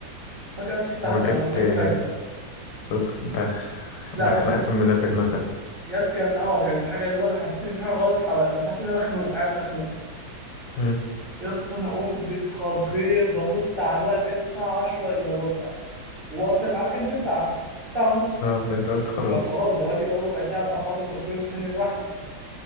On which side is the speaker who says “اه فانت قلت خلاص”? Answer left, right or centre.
Left